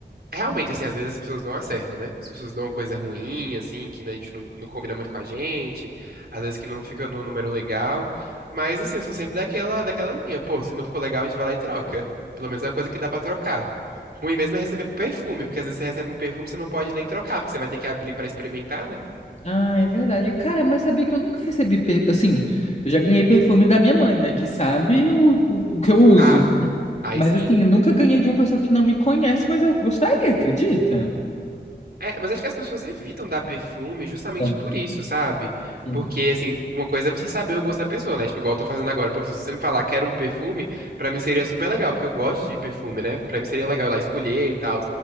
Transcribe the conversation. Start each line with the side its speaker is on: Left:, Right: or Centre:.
Right: Realmente, assim, às vezes as pessoas não acertam, né? As pessoas dão uma coisa ruim, assim, que né, a gente não, não combina muito com a gente, às vezes que não fica no número legal. Mas, assim, eu sou sempre daquela, daquela linha. Pô, se não ficou legal, a gente vai lá e troca. Pelo menos é uma coisa que dá pra trocar. Ruim mesmo é receber perfume, porque às vezes você recebe um perfume, você não pode nem trocar, porque você vai ter que abrir pra experimentar, né?
Left: Ah, é verdade. Cara, mas sabia que eu nunca recebi. per- Assim, eu já ganhei perfume da minha mãe, né? Que sabe o, o, o que eu uso.
Right: Ah, aí
Left: Mas
Right: sim.
Left: assim, eu nunca ganhei de uma pessoa que não me conhece, mas eu gostaria, acredita?
Right: É, mas acho que as pessoas evitam dar perfume justamente
Left: Então,
Right: por isso, sabe?
Left: Sim.
Right: Porque, assim, uma coisa é você saber o gosto da pessoa, né? Tipo, igual eu tô fazendo agora. Pô, se você me falar, quero um perfume, pra mim seria super legal, porque eu gosto de perfume, né? Pra mim seria legal ir lá escolher e tal.